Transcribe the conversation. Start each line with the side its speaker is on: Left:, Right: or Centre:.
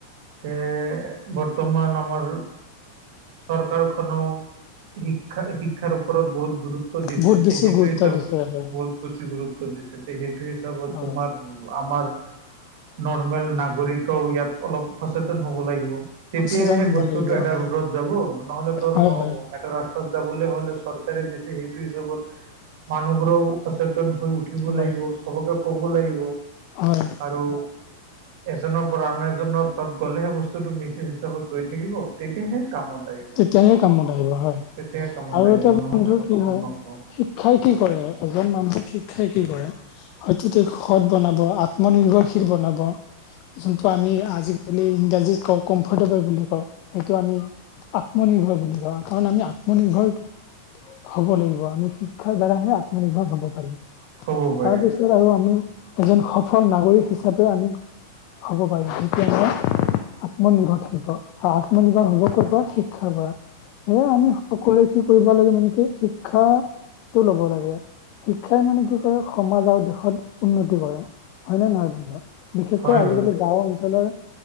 Right: তে বৰ্তমান আমাৰ চৰকাৰখনও। শিক্ষা শিক্ষাৰ ওপৰত বহুত গুৰুত্ব দিছে
Left: বহুত বেছি
Right: তে সেইটোৱে
Left: গুৰুত্ব
Right: চব
Left: দিছে হয়।
Right: বহুত বেছি গুৰুত্ব। দিছে সেইটো হিচাপত
Left: অ',
Right: তোমাৰ আমাৰ। নৰ্মেল নাগৰিকেও ইয়াত অলপ সচেতন হ'ব লাগিব। তেতিযা
Left: সচেতন
Right: সেই
Left: হ'ব
Right: বস্তুটো
Left: লাগিব
Right: এটা
Left: হয়,
Right: ৰোডত যাব নহলেতো আৰু
Left: হয়,
Right: নহ'ব।
Left: হয়,
Right: ৰাস্তাত যাবলৈ হলে চৰকাৰে দিছে সেইটো হিচাপত মানুহবোৰও সচেত। সচেতন হৈ উঠিব
Left: হয়,
Right: লাগিব চবকে কব লাগিব।
Left: হয়।
Right: আৰু এজনৰ পৰা আন এজনৰ তাত গ'লেহে বস্তুতটো মিচজ। হিচাপত গৈ থাকিব তেতিয়াহে কামত আহিব।
Left: তেতিয়াহে কামত আহিব হয়
Right: তেতিয়াহে কামত
Left: আৰু
Right: আহিব
Left: এতিয়া বন্ধু
Right: নহ'লে আৰু
Left: কি
Right: কামত
Left: হয়
Right: নহ'ব
Left: শিক্ষাই কি কৰে এজন মানুহক শিক্ষাই কি কৰে। হয়তো তেওঁক সৎ বনাব আত্মনিৰ্ভৰশীল বনাব। যোনটো আমি আজিকালি ইংৰাজীত কওঁ কমফৰ্টেবল বুলি কওঁ সেইটো আমি। আত্মনিৰ্ভৰ বুলি কওঁ কাৰণ আমি আত্মনিৰ্ভৰ হব লাগিব আমি শিক্ষাৰ দ্বাৰাহে আত্মনিৰ্ভৰ হব পাৰিম
Right: হ'ব পাৰিম
Left: তাৰপিছত আৰু আমি এজন সফল নাগৰিক হিচাপেও আমি হ'ব পাৰিম যেতিয়া মানে আমাৰ আত্মনিৰ্ভৰ থাকিব আৰু আত্মনিৰ্ভৰ হব কৰ পৰা শিক্ষা শিক্ষাৰ পৰা সেয়ে আমি সকলোৱে কি কৰিব লাগে মানে কি শিক্ষা ল'ব লাগে শিক্ষাই মানে কি কৰে সমাজ আৰু দেশত উন্নতি কৰে হয়নে নহয় বন্ধু বিশেষকৈ
Right: হয়
Left: আজিকালি
Right: বাৰু।
Left: গাঁও অঞ্চলৰ